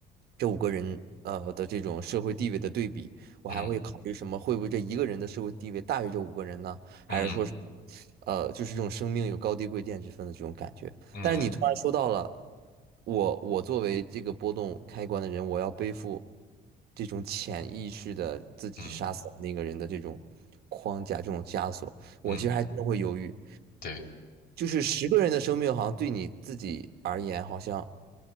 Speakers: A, on the right; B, on the left.
A: 这五个人呃的这种社会地位的对比，我还会考虑什么？
B: 嗯
A: 会不会这一个人的社会地位大于这五个人呢？
B: 嗯
A: 还是说什么呃就是这种生命有高低贵贱之分的这种感觉？
B: 嗯
A: 但是你突然说到了我我作为这个波动开关的人，我要背负这种潜意识的自己杀死了那个人的这种框架这种枷锁。
B: 嗯嗯，
A: 我其实还真的会犹豫，
B: 对。
A: 就是十个人的生命，好像对你自己而言，好像，